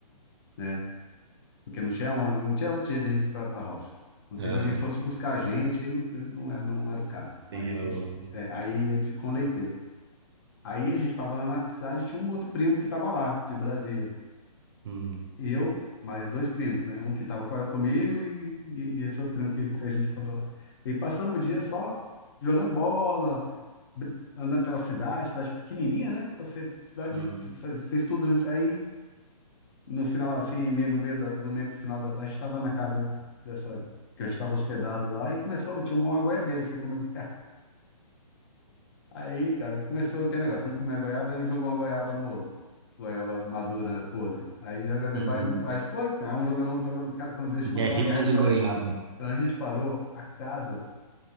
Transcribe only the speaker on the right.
aham,
Sim, era
longe.
Uhum.
Uhum.
Uhum.
Guerrinha
de
goiaba.